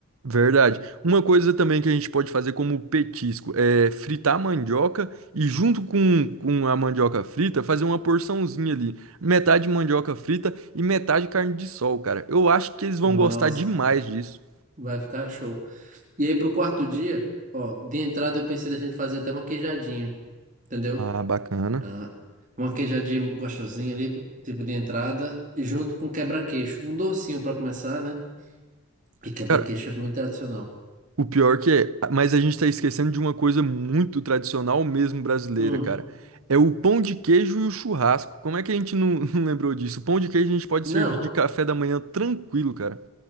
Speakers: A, on the right; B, on the right.
A: Verdade. Uma coisa também que a gente pode fazer como petisco é fritar a mandioca e junto com, com a mandioca frita fazer uma porçãozinha ali. Metade mandioca frita e metade carne de sol, cara. Eu acho que eles vão
B: Nossa,
A: gostar demais
B: vai fi-
A: disso.
B: vai ficar show. E aí, pro quarto dia, ó, de entrada eu pensei da gente fazer até uma queijadinha, entendeu?
A: Ah, bacana.
B: Ah, uma queijadinha gostosinha ali, tipo de entrada, e junto com quebra-queixo. Um docinho pra começar, né? E quebra-queixo
A: Cara,
B: é muito tradicional.
A: o pior que é, mas a gente tá esquecendo de uma coisa muito tradicional mesmo brasileira,
B: Hum.
A: cara. É o pão de queijo e o churrasco. Como é que a gente não, <laughs> não lembrou disso? O pão de queijo a gente pode
B: Não,
A: servir de café da manhã tranquilo, cara.